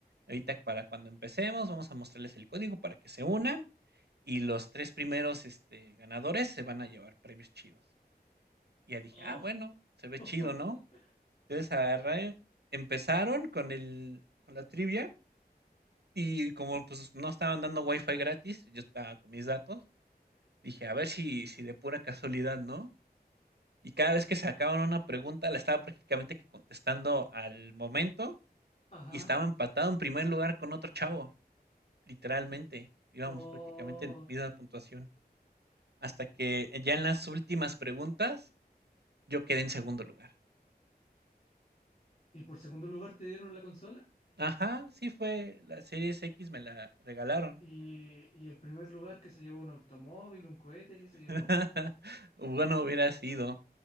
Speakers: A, on the right; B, on the left.
A: Ahorita para cuando empecemos, vamos a mostrarles el código para que se unan. Y los tres primeros, este, ganadores se van a llevar premios chidos. Y ya dije:
B: Oh.
A: "Ah, bueno, se ve
B: <laughs>
A: chido, ¿no?". Entonces agarré, empezaron con el con la trivia y como, pues, no estaban dando wifi gratis, yo estaba con mis datos, dije: "A ver si si de pura casualidad, ¿no?". Y cada vez que sacaban una pregunta, la estaba prácticamente que contestando al momento
B: Ajá.
A: y estaba empatado en primer lugar con otro chavo, literalmente. Íbamos
B: Oh.
A: prácticamente en misma puntuación, hasta que ya en las últimas preguntas yo quedé en segundo lugar.
B: ¿Y por segundo lugar te dieron la consola?
A: Ajá, sí fue la Series X me la regalaron.
B: ¿Y, y el primer lugar que se llevó un automóvil, un cohete que se llevó?
A: <laughs> Bueno, hubiera sido,